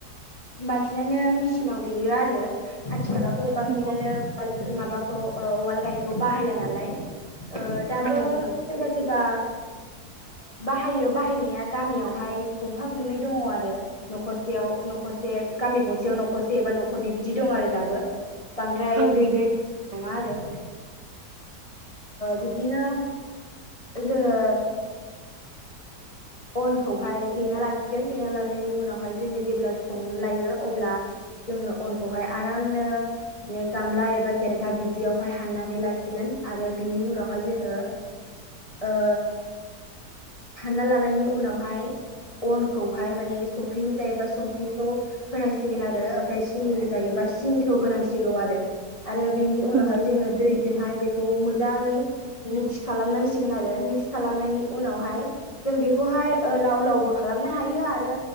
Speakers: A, on the left; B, on the right.
A: बांसिनानो मेचिनाव देयो आरो आथिखालावथ' बांसिन
B: नंगौ
A: नानो माबाखौ ओ उवाल गाहेनखौ बाहायला नालाय। ओ दाबो
B: ओं
A: सोरबा
B: नंगौ
A: सोरबा
B: <inaudible>
A: बाहायो बाहायनाया गामियावहाय गंफा गंनै दङ आरो। न'खरसेयाव न'खरसे गामि गंसेयाव न'खरसे एबा न'खरनै बिदि दं आरो दाबो। बांद्राय
B: ओं
A: गैद्राय नङा आरो। बिब्दिनो जोङो अनखौहाय देना लासिगोन देना लानायनि उनावहाय जोङो जेब्ला संनो‌ लायो अब्ला जोङो अनखौहाय आरामनो ने गामला एबा खेरेखा बिब्दियावहाय हाननानै लासिगोन आरो बिनि उनावहाय जोङो ओ सानना लानायनि उनावहाय अनखौहाय माने संख्रिनि जायोबा संख्रि खौ होनांसिगोन आरो ओमफ्राय सिनिनि जायोबा सिनिखौ होनांसिगौ आरो। आरो बेनि उनावहाय
B: नंगौ
A: जोङो दैजोंहाय बेखौ मोजाङै मिक्स खालामनांसिगोन आरो मिक्स खालामनायनि उनावहाय जों बेखौहाय लाव लावबो खालामनो हायो आरो